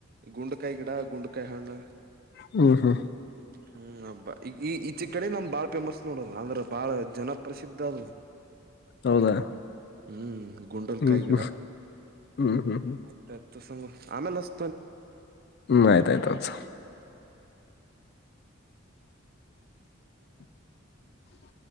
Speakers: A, on the right; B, on the left.
A: ಗುಂಡಕಾಯ ಗಿಡಾ ಗುಂಡಕಾಯ ಹಣ್ಣ
B: ಹ್ಮ್ ಹ್ಮ್
A: ಹ್ಮ್ ಅಬ್ಬಾ ಈಗ ಈ ಈ ಚಿ ಕಡೆ ನಮ್ ಬಾ ನೋಡದು ಅಂದ್ರೆ ಬಾಳ ಜನಪ್ರಸಿದ್ಧ ಅದು
B: ಹೌದಾ
A: ಹ್ಮ್ ಗುಂಡಲ್
B: ಹ್ಮ್
A: ಕೈ
B: ಹ್ಮ್
A: ಗಿಡಾ
B: ಹ್ಮ್ ಹ್ಮ್
A: ಆತ ತುಗೊರಿ ತುಸು ಆಮೇಲೆ ಹಚ್
B: ಹ್ಮ್ ಆಯ್ತ ಆಯ್ತ ಹಚ್ <inaudible>